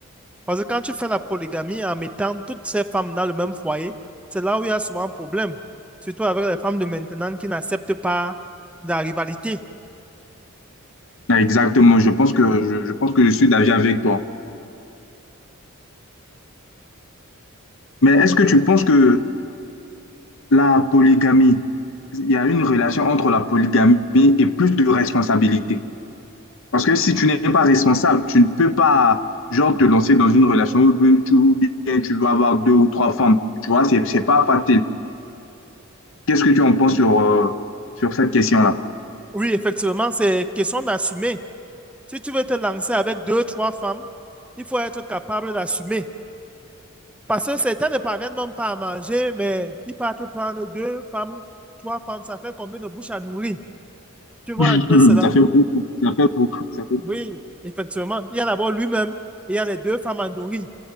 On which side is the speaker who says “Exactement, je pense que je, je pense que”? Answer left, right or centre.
Left